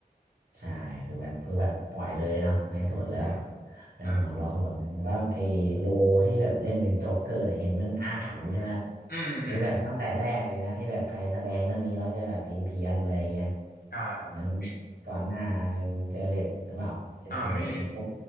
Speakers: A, on the right; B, on the left.
A: ใช่คือแบบคือแบบปล่อยเลยเนาะไม่สนแล้ว
B: อืม
A: แล้วหัวเราะหมดเลยแล้วก็ไอ้โลที่แบบเล่นเป็นโจ๊กเกอร์เนี่ยเห็นมันอาถรรพ์ใช่ไหมครับ
B: ใช่อืมอืม
A: หรือแบบตั้งแต่แรกเลยนะที่แบบใครแสดงเรื่องนี้เราจะแบบเพี้ยนเพียนอะไรเงี้ย
B: อ่า
A: เหมือนก่อนหน้าเป็นเจอเล็ตหรือเปล่าเจอเล็ตเลตโต
B: อ่ามี